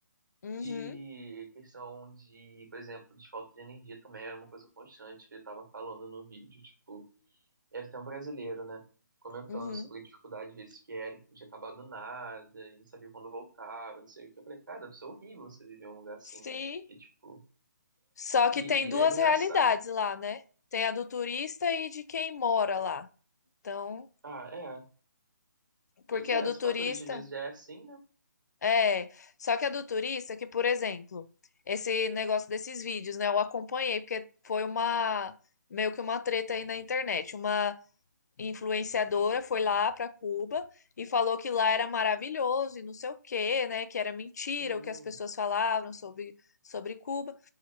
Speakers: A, on the left; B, on the right.
A: Uhum,
B: E questão de, por exemplo, de falta de energia também era uma coisa constante que ele estava falando no vídeo. Tipo, era até um brasileiro, né? Comentando
A: uhum.
B: sobre a dificuldade, às vezes, que era, que podia acabar do nada, e não sabia quando voltava, não sei o que. Eu falei, cara, isso é horrível você viver em um lugar assim,
A: Sim.
B: né? E, tipo,
A: Só
B: e,
A: que tem duas
B: e era engraçado.
A: realidades lá, né? Tem a do turista e de quem mora lá. Então,
B: Ah, é.
A: porque
B: Pois é,
A: a do
B: esse paturista
A: turista
B: às vezes já é assim, né?
A: é, só que a do turista que, por exemplo, esse negócio desses vídeos, né? Eu acompanhei porque foi uma meio que uma treta aí na internet, uma influenciadora foi lá para Cuba e falou que lá era maravilhoso e não sei o quê, né? Que era mentira
B: Uhum,
A: o que as pessoas falavam sobre, sobre Cuba.